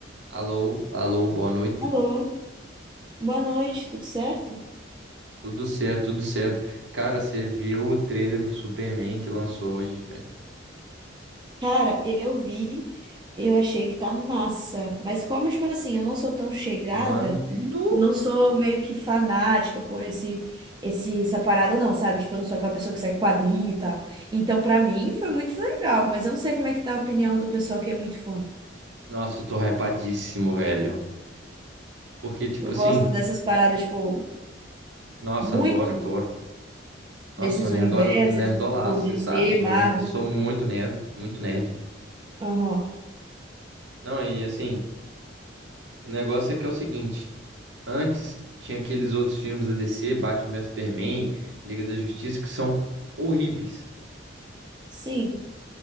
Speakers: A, on the right (about 65°); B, on the right (about 25°).
A: Alô, alô, boa noite.
B: Alô, boa noite, tudo certo?
A: Tudo certo, tudo certo. Cara, você viu o trailer do Superman que lançou hoje, velho?
B: Cara, eu vi, eu achei que tá massa, mas como, tipo assim, eu não sou tão chegada,
A: Mano, no-
B: eu não sou meio que fanática por esse, esse, essa parada não, sabe? Tipo, eu não sou aquela pessoa que segue quadrinho e tal. Então, pra mim, foi muito legal, mas eu não sei como é que tá a opinião do pessoal que é muito fã.
A: nossa, eu tô hypadíssimo, velho. Porque, tipo
B: Eu
A: assim,
B: gosto dessas paradas, tipo,
A: nossa,
B: muito,
A: adoro, adoro. Nossa,
B: desses
A: sou nerdola,
B: universos,
A: nerdolaço,
B: tipo, DC,
A: você sabe, sou,
B: Marvel.
A: ner, sou muito nerd, muito nerd.
B: Aham,
A: Não, e assim, o negócio é que é o seguinte: antes tinha aqueles outros filmes da DC, Batman vs Superman, Liga da Justiça, que são horríveis.
B: Sim,